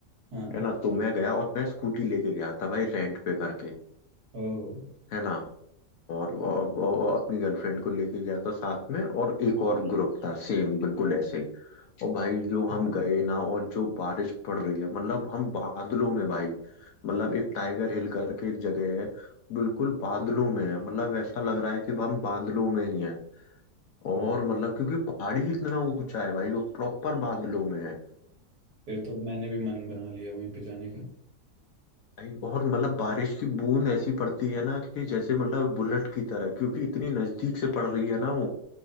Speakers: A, on the right; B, on the left.
A: हाँ
B: है ना तो मैं गया और मैं स्कूटी लेके गया था भाई रेंट पे करके
A: ओह
B: है ना और, और, और अपनी गर्लफ्रेंड को लेके गया था साथ में और एक और ग्रुप था सेम बिल्कुल ऐसे ही और भाई जो हम गए ना और जो बारिश पड़ रही है मतलब हम बादलों में भाई मतलब एक टाइगर हिल करके एक जगह है बिल्कुल बादलों में है मतलब ऐसा लग रहा है कि हम बादलों में ही हैं और
A: ओह
B: मतलब क्योंकि पहाड़ी इतना ऊंचा है भाई वो प्रॉपर बादलों में है
A: फिर तो अब मैंने भी मन बना लिया वहीं पे जाने का
B: भाई और मतलब बारिश की बूंद ऐसी पड़ती है ना कि जैसे मतलब बुलेट की तरह क्योंकि इतनी नजदीक से पड़ रही है ना वो